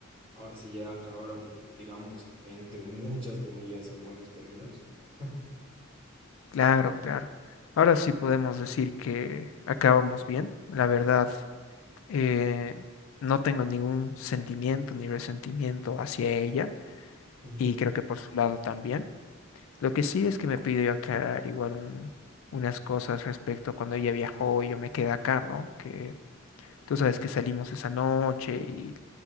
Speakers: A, on the right (about 25°); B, on the left (about 70°).
A: ahora sí ya acabaron, digamos, entre muchas comillas, en buenos términos. <laughs>
B: Claro, claro. Ahora sí podemos decir que acabamos bien. La verdad, eh, no tengo ningún sentimiento ni resentimiento hacia ella
A: Ujú,
B: y creo que por su lado también. Lo que sí es que me pidió aclarar igual un- unas cosas respecto a cuando ella viajó y yo me quedé acá, ¿no? Que Tú sabes que salimos esa noche y